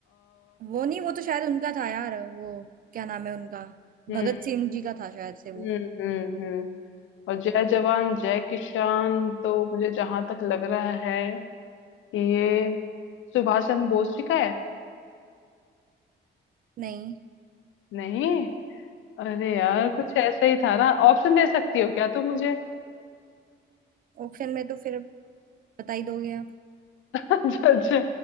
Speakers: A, on the right (about 45°); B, on the left (about 80°).
A: वो नहीं वो तो शायद उनका था यार वो क्या नाम है उनका
B: हम्म
A: भगत सिंह जी का था शायद से वो
B: हम्म हम्म हम्म। और जय जवान जय किसान तो मुझे जहां तक लग रहा है कि ये सुभाष चंद्र बोस जी का है
A: नहीं
B: नहीं अरे यार कुछ ऐसा ही था ना ऑप्शन दे सकती हो क्या तुम मुझे
A: ऑप्शन में तो फिर बता ही दोगे आप
B: <laughs> अच्छा अच्छा